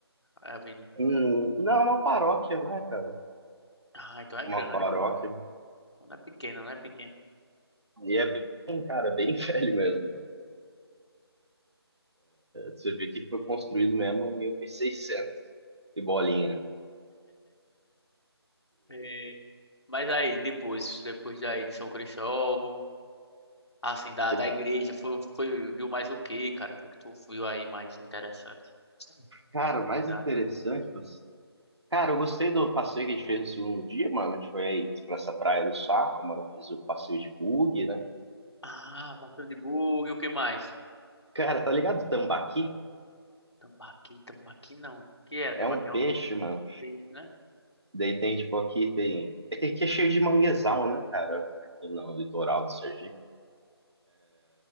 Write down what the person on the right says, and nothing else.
um, não é uma paróquia, né, cara?
Uma
paróquia.
E é, bem, cara, bem <laughs> velho mesmo. né? Você vê que foi construído mesmo em 1600 e seiscentos e bolinha.
E,
cara,
o
mais interessante, tipo, cara, eu gostei do passeio que a gente fez no segundo dia, mano. A gente foi aí pra essa praia do Saco, mano. Eu fiz o passeio de bug, né?
Cara, tá ligado o tambaqui?
É um
peixe,
mano
Daí tem, tipo, aqui tem. É que aqui é cheio de manguezal, né, cara? Aqui no litoral do Sergipe.